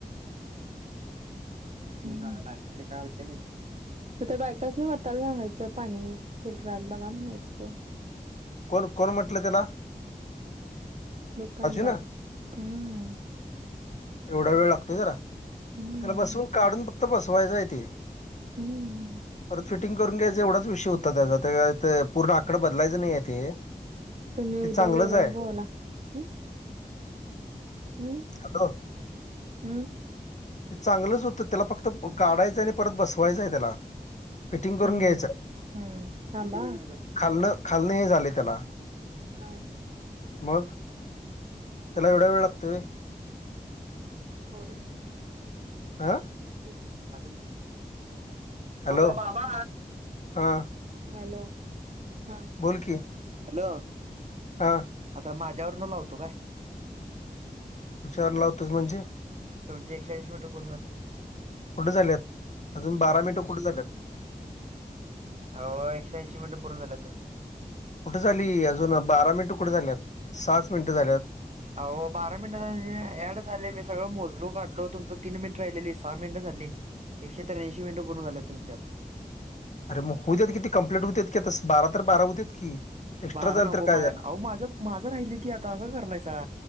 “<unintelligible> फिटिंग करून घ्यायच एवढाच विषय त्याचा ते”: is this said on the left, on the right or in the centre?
Left